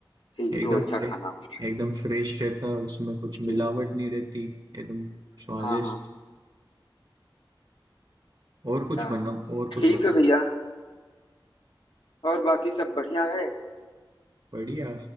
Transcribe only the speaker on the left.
ही
तो अच्छा
खाना होता है
जी
जी
हाँ हाँ
हाँ
ठीक
है भैया और बाकी सब बढ़िया है